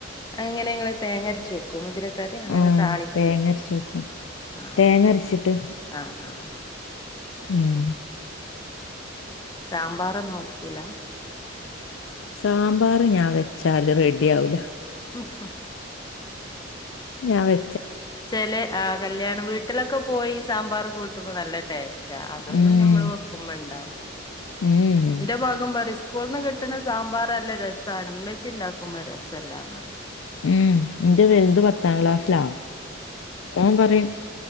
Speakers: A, on the left; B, on the left.
A: അതെങ്ങനെങ്ങള് തേങ്ങര്ച്ച് വെക്കൊ മുതിരക്കറി അങ്ങനെ
B: ആഹ്
A: താളിക്കെ
B: തേങ്ങ അരച്ച് വെക്കും
A: ആ
B: തേങ്ങ അരച്ചിട്ട്
A: ആ ആ ആ
B: ഉം
A: സാമ്പാറൊന്നുവെക്കൂല?
B: സാമ്പാറ് ഞാൻവെച്ചാല് റെഡി ആവൂല
A: ഉം ഉം
B: ഞാൻവെ
A: ചെല ആ കല്യാണംവീട്ടിലൊക്കെ പോയി സാമ്പാറും കൂട്ടുമ്പോ നല്ല ടേസ് ര അതൊന്നും
B: ഉം
A: ഞമ്മൾ ഓർക്കുംവെണ്ട
B: ഉം
A: എന്റെ <unintelligible> സ്കൂൾന്ന് കിട്ട്ണ സാമ്പാറ് ല്ല രസാണ് മ്മച്ചിണ്ടാക്കുമ്പോ രസംല്ലാ ന്നറിം
B: ഉം ന്റെ വെൽത് പത്താം ക്ലാസ്സ്‌ലാ ഓൻ പറിം